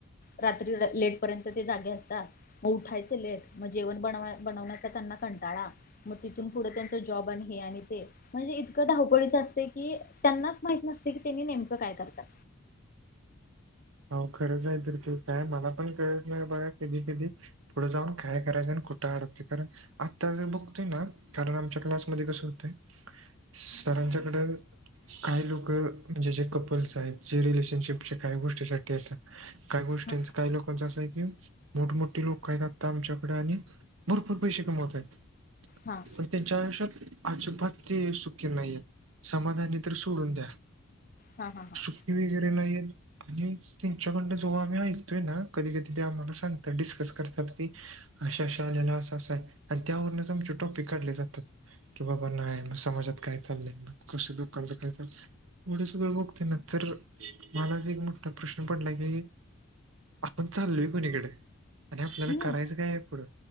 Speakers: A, on the left; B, on the right.
A: रात्री र लेटपर्यंत, ते जागे असता. म उठायचं लेेट, म जेवण बन-बनवण्याचा त्यांना कंटाळा. म तिथून पुढं त्यांचा जाॅब, आणि हे अणि ते. म्हणजे इतकं धावपळीच असत की, त्यांनाच माहीत नसते की, त्यांनी नेमकं काय करतात?
B: अवघडच हाय तर ते काय, मला पण कळतं नाही, बघा कधी-कधी पुढ जाऊन काय करायचं, अन कुठं <unintelligible> आत्ता जे बघतोय ना, कारण आमच्या क्लासमध्ये कसं होतंय? सरांच्याकड काही लोकं, म्हणजे जे कपल्स आहेत, जे रिलेशनशिपचे काही गोष्टी शक्य ये त, काही गोष्टींचं,
A: हा
B: काही लोकांच असं य कि मोठ-मोठी लोकं आहेत, आता आमच्याकड, आणि भरपूर पैसे कमवतायेत.
A: हां.
B: पण त्यांच्या आयुष्यात, अजिबात ते सुखी नाहीयेत. समाधानी, तर सोडून द्या.
A: हां हां हां.
B: <unintelligible> नाहीयेत. आणि त्यांच्याकडन जेव्हा आम्ही ऐकतोय ना, कधी- कधी ते आम्हाला सांगतात, डिस्कस करतात की अशा-अशा ह्याला, असं-असं य, अन त्यावरूनच आमचे, टोपीक काढले जातात. की बाबा नाय, म समाजात काय चाललंय, मग कसं लोकांच काय चालय.? एवढं सगळ बघतोय ना तर, मलाच एक मो ठा प्रश्न पडलाय की, आपण चाललोय कुणीकड? आणि आपल्याला
A: हम्म
B: करायचं काय ये पुढं?